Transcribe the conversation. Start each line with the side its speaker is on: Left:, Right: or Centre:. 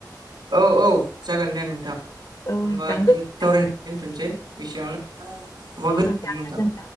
Right: औ औ जागोन दे नोंथां होमबा
Left: औ नोंथां
Right: दि
Left: गोजोननाय
Right: सावरायनायखौ दोनथ'नोसै एसेयावनो
Left: औ नोंथां गोजोनथों।
Right: <unintelligible>